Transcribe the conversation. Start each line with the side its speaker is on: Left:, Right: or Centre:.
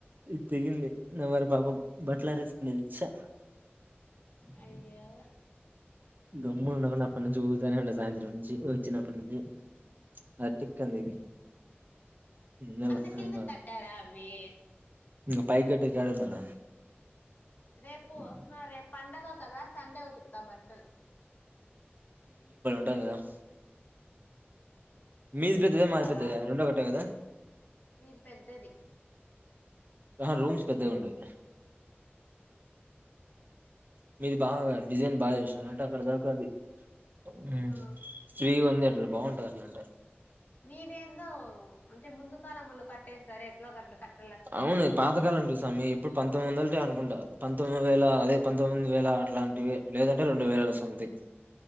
Right: ఇది తెగింది నా వల్ల పాపం బట్లారేసుకునేది చ్చా
Left: అయ్యో
Right: గమ్మనుండకుండా అప్పన్నుంచి ఊగుతనే ఉన్నా సాయంత్రం నుంచి చిన్నప్పనుంచి అది టిక్కని తెగింది ఇంగ
Left: అంత
Right: లావైనా
Left: కిందకి కట్టారా అవి
Right: ఇంగ పై గెట్టేకి యాడుందడ
Left: రేపు ఆ రేపండగ కదా సండే ఉతుకుతా బట్టల్
Right: దడ మీది పెద్దదా మాది
Left: మాదా
Right: పెద్దదా రెండూ ఒకటే కదా
Left: మీది పెద్దది
Right: ఆహ రూమ్స్ పెద్దగున్నాయ్ మీది బాగ డిజైన్ బాగా జేసినారు అంటే అక్కడ దాక అది మంచి మ్
Left: ఆ
Right: ఫ్రీగుంది అట్లా బాం పది అట్లుంటే
Left: మీవేందో అంటే ముందు కాలమొళ్ళు కట్టేస్తరే ఎట్లో ఒక అట్లా కట్
Right: అవును ఇదో పాతకాలం పీస్ అమ్మి ఎప్పుడు పంతొమ్మిది వందలిది అనుకుంటా పంతొమ్మిది వేల అదే పంతొమ్మిది వేల అట్లాంటివి లేదంటే రెండు వేల సంథింగ్